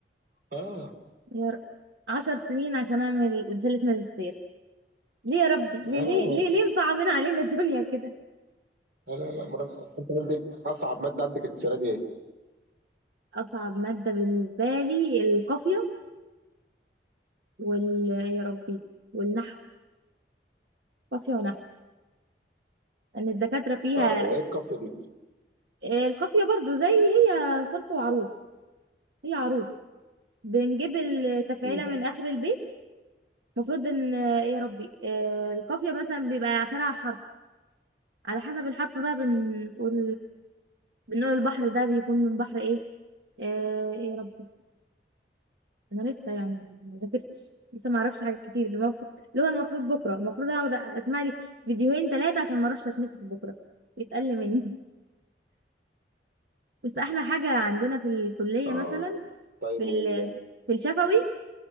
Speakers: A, on the right; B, on the right.
A: اه
B: يا ر- عشر سنين عشان اعمل رسالة ماجستير ليه يا ربي ليه
A: اه
B: ليه ليه, ليه مصعبين علينا الدنيا كده
A: لا لا لا مرات انت عندك اصعب مادة عندك السنة دي ايه؟
B: اصعب مادة بالنسبة لي القافية وال يا ربي والنحو قافية ونحو ان الدكاترة فيها
A: اه ايه الكافية دي؟
B: آه، القافية برضو زي هي صرف وعروض هي عروض بنجيب التفعيلة
A: مم.
B: من اخر البيت المفروض ان آه، يا ربي آه، القافية مثلا بيبقى اخرها حرف على حسب الحرف بقى بنقول بنقول البحر ده بيكون من بحر ايه آه ايه يا ربي انا لسه يعني ما ذاكرتش لسه ما اعرفش حاجات كتير المفروض اللي هو المفروض بكره المفروض اقعد اسمع لي فيديوهين ثلاثه عشان ما اروحش اتنفخ بكره يتقل مني بس احلى حاجه عندنا في الكليه
A: اه
B: مثلا
A: طيب
B: في ال...
A: وال...
B: في الشفوي